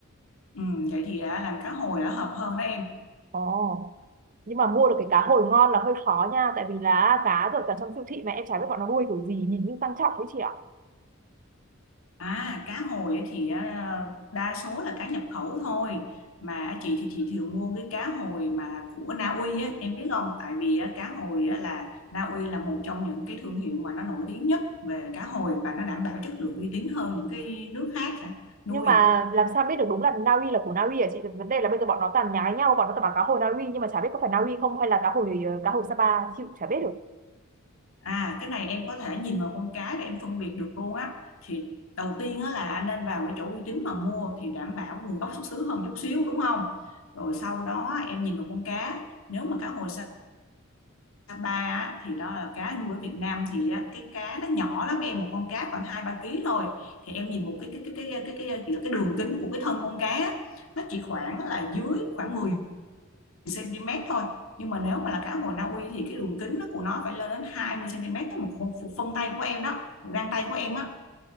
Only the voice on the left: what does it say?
Ừ, vậy thì à, làm cá hồi đã hợp hơn đó em.
À, cá hồi á thì à, đa số là cá nhập khẩu thôi mà chị thì chị thường mua cái cá hồi mà của Na Uy á, em biết không? Tại vì á, cá hồi á, là Na Uy là một trong những cái thương hiệu mà nó nổi tiếng nhất về cá hồi và nó đảm bảo chất lượng uy tín hơn những cái nước khác hả? nuôi.
À, cái này em có thể nhìn vào con cá để em phân biệt được luôn á. Thì đầu tiên á, là nên vào cái chỗ uy tín mà mua thì đảm bảo nguồn gốc xuất xứ hơn chút xíu đúng không? Rồi sau đó em nhìn vào con cá nếu mà cá hồi Sapa á, thì đó là cá nuôi ở Việt Nam thì á, cái cá nó nhỏ lắm em một con cá khoảng hai ba ký thôi thì em nhìn một cái cái cái cái cái cái cái, cái đường kính của cái thân con cá á, nó chỉ khoảng là dưới khoảng 10 cm thôi nhưng mà nếu mà là cá hồi Na Uy thì cái đường kính nó của nó phải lên đến 20 cm đó một, một, một phân tay của em đó một gang tay của em á